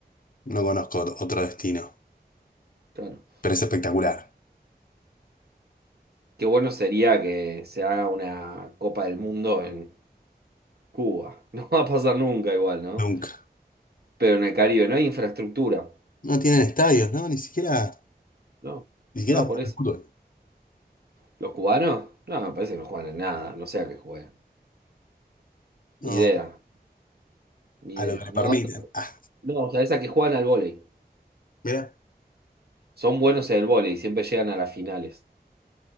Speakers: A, on the left; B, on the right.
A: no conozco ot- otro destino,
B: Claro.
A: pero es espectacular.
B: Qué bueno sería que se haga una Copa del Mundo en. Cuba. <laughs> No va a pasar nunca igual, ¿no?
A: Nunca.
B: Pero en el Caribe no hay infraestructura.
A: No tienen estadios, ¿no? Ni siquiera,
B: No,
A: ni siquiera
B: no,
A: juegan
B: por eso.
A: al fútbol.
B: ¿Los cubanos? No, me parece que no juegan en nada. No sé a qué juegan.
A: No,
B: Ni idea, ni
A: a
B: idea.
A: lo que le
B: No,
A: permiten. Ah,
B: no, o sea, esa que juegan al vóley.
A: mirá,
B: Son buenos en el vóley, siempre llegan a las finales.